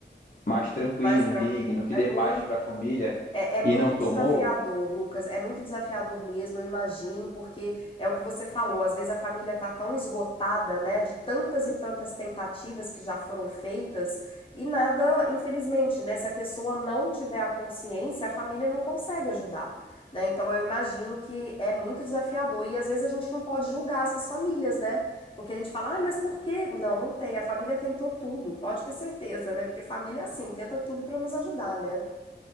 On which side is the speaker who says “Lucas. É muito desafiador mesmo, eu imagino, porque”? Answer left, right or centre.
Left